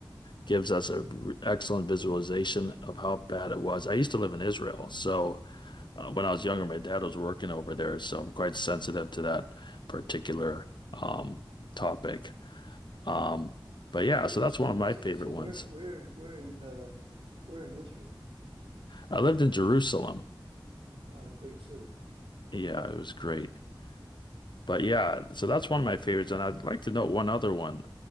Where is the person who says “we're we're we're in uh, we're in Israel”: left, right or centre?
Right